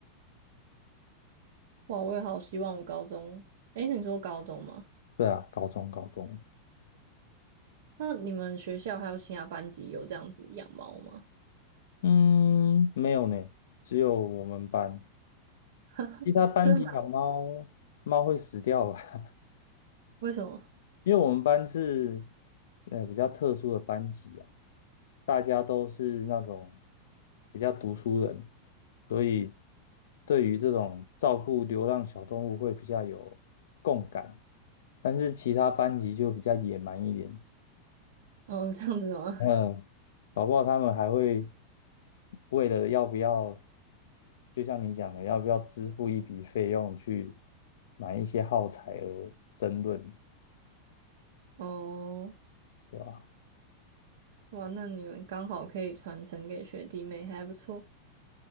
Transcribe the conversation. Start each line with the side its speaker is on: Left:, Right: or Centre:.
Right: 哇，我也好希望我高中，诶，你说高中吗？
Left: 对啊，高中高中，
Right: 那你们学校还有其他班级有这样子养猫吗？
Left: 嗯，没有呢，只有我们班。
Right: <laughs>
Left: 其他班级养猫，
Right: 真的吗？
Left: 猫会死掉吧？<laughs>
Right: 为什么？
Left: 因为我们班是呃比较特殊的班级啊，大家都是那种比较读书人，所以对于这种照顾流浪小动物会比较有共感。但是其他班级就比较野蛮一点，
Right: 哦，<laughs> 这样子吗？
Left: 嗯，搞不好他们还会为了要不要，就像你讲的，要不要支付一笔费用去买一些耗材而争论。
Right: 哦，
Left: 对吧？
Right: 哇，那你们刚好可以传承给学弟妹，还不错。